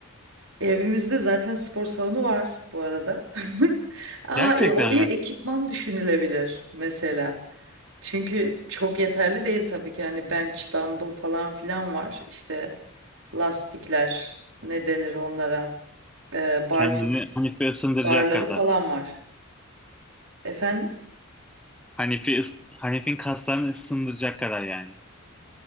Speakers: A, on the right; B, in the centre.
A: Evimizde zaten spor salonu var bu arada. <laughs> Aa,
B: Gerçekten
A: e, oraya
B: mi?
A: ekipman düşünülebilir mesela. Çünkü çok yeterli değil tabii ki. Yani bench, dumbbell falan filan var. İşte lastikler, ne denir onlara? Ee, barfix,
B: Kendini Hanif'e ısındıracak
A: barları
B: kadar.
A: falan var. Efendim?
B: Hanefi, ıs- Hanef'in kaslarını ısındıracak kadar yani.